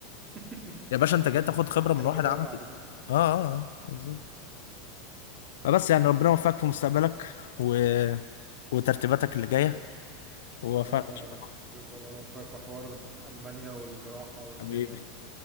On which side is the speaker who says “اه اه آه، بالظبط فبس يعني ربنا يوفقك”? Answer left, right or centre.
Left